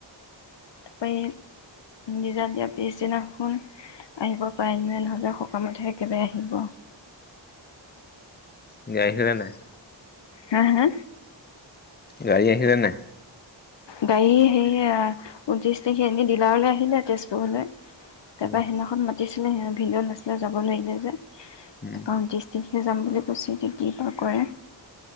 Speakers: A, on the left; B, on the left.
A: তপৰি ৰিজাল দিয়া পিছদিনাখন আহিব পাৰিব ন নহ'লে সকামতহে একেবাৰে আহিব।
B: <unintelligible> নাই?
A: হা, হা
B: গাড়ী আহিলে নে
A: গাড়ী সেয়া ঊনত্ৰিশ তাৰিখে এনে ডিলাৰলৈ আহিলে তেজপুৰলৈ। তাপা
B: উম
A: সেইদিনাখন মাতিচ <unintelligible> ভিনদেউ নাছিলে যাব নোৱাৰিলে যে <unintelligible>
B: উম
A: অ যাম বুলি কৈছে, এতিয়া কি বা কৰে।